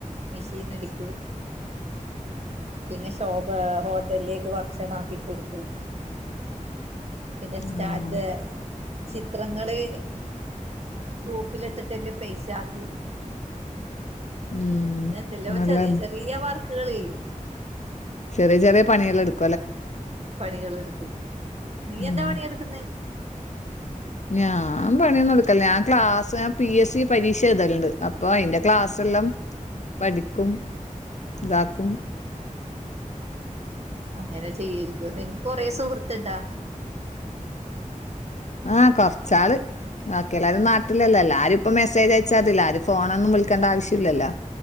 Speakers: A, on the right; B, on the left.
A: മെഷീൻ അടിക്കൂ. പിന്നെ ഷോപ്പ് ഹോട്ടലിലേക്ക് ഭക്ഷണ ആക്കികൊടുക്കൂ. പിന്നെ സ്റ്റാറ്റ്
B: ആഹ്
A: ചിത്രങ്ങള് ഗ്രൂപ്പില്ട്ടിട്ട്ല്ലോ പൈസയാക്കൂ.
B: ഉം
A: അങ്ങനെ എന്തല്ലോ
B: നല്ലതന്നെ
A: ചെറിയ ചെറിയ വർക്കുകൾ ചെയ്യും
B: ചെറിയ ചെറിയ പണിയെല്ലടുക്കു
A: പണികൾടുക്കും നീ
B: ഉം
A: എന്താ പണിട്ക്കുന്നേ?
B: ഞാൻ പണിന്ന്ടുക്കല്ല ഞാൻ ക്ലാസ് പി എസ് സി പരീക്ഷ എഴതൽണ്ട് അപ്പൊ അതിന്റെ ക്ലാസ് എല്ലാം പഠിക്കും താക്കും
A: അങ്ങനെ ചെയ്യര്ത് നിനക്ക് കൊറേ സുഹൃത്ത്ണ്ടാ?
B: ആഹ് കൊറച്ചാള് ബാക്കി എല്ലാരും നാട്ടിലല്ലേ എല്ലാരും ഇപ്പ മെസ്സേജ് അയച്ചാറ്റ്ല്ലാരും ഫോണൊന്നും വി വിൾിക്കേണ്ട ആവശ്യല്ലല്ലോ?